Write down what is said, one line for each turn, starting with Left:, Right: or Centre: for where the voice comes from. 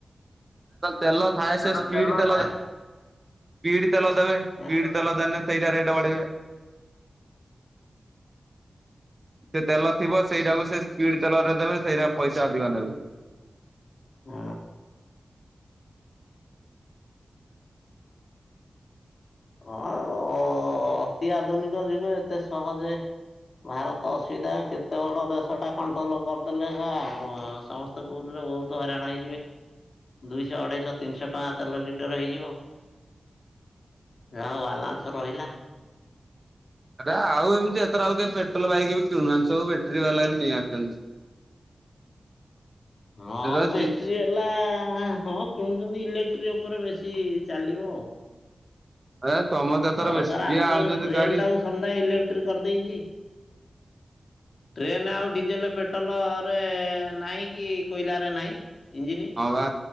Right: ତେଲ ଖାଏ
Left: ତାର
Right: ସେ ସ୍ପିଡ ତେଲ
Left: ଥାଏ
Right: ସ୍ପିଡ ତେଲ ଦେବେ ସ୍ପିଡ
Left: ହଁ
Right: ତେଲ ଦେନେ ସେଇଟା ରେଟ୍ ବଢେଇବେ। ସେ ତେଲ ଥିବ ସେଇଟାକୁ ସେ ସ୍ପିଡ ତେଲରେ ଦେବେ ସେଇଟା ପଇସା ଅଧିକ ନେବେ।
Left: ହୁଁ। ହଁ ଅତି ଆଧୁନିକ ଯୁଗ ଏତେ ସହଜେ ଭାରତ ଅସୁବିଧା କେତେ ବଡ ଦେଶଟା କଣ୍ଟ୍ରୋଲ କରିଦେଲେ ସମ କହୁଥିଲେ ବହୁତ ହଇରାଣ ହେଇଯିବ ଦୁଇଶହ ଅଢେଇଶହ ତିନିଶହ ଟଙ୍କା ତେଲ ଲିଟର ହେଇଯିବ। ଯାହା ହଉ ୱାଲାନ୍ସ ରହିଲା।
Right: ଆ ଆଉ ଏମିତି ଏଥର ଆଉ କେ ପେଟ୍ରୋଲ ବାଇକ ବି କିଣୁନାହାନ୍ତି ସବୁ ବ୍ୟାଟେରୀ ବାଲା ବି ନେଇ ଆସଛନ୍ତି।
Left: ହଁ
Right: ଏଥର
Left: ବ୍ୟାଟରୀ
Right: ଜି
Left: ହେଲା ହଁ କିଣୁଛନ୍ତି ଇଲେକ୍ଟ୍ରି ଉପରେ ବେଶୀ ଚାଲିବ ଆଉ
Right: ଏ ସମସ୍ତେ ଏଥର
Left: ସରକାର
Right: ବେଶୀ ଯିଏ
Left: ଆଗରୁ
Right: ଆଣୁଛନ୍ତି
Left: ଟ୍ରେନ
Right: ଗାଡି
Left: ଟାକୁ ସନ୍ଧ୍ୟା ଇଲେକ୍ଟ୍ରିକ କରିଦେଇଛି। ଟ୍ରେନ୍ ଆଉ ଡିଜେଲେ ପେଟ୍ରୋଲରେ ନାହିଁ କି କୋଇଲାରେ ନାହିଁ ଇଞ୍ଜିନ୍।
Right: ହଁ ବା